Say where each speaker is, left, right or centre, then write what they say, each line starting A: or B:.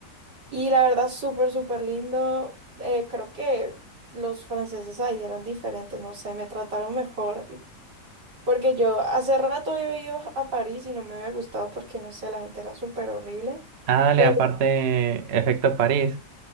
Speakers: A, on the right; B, on the right.
A: Y la verdad, súper, súper lindo. Eh, creo que los franceses ahí eran diferentes, no sé, me trataron mejor. Porque yo hace rato había ido a París y no me había gustado porque, no sé, la gente era súper horrible.
B: Ah, dale,
A: Pero
B: aparte, efecto París.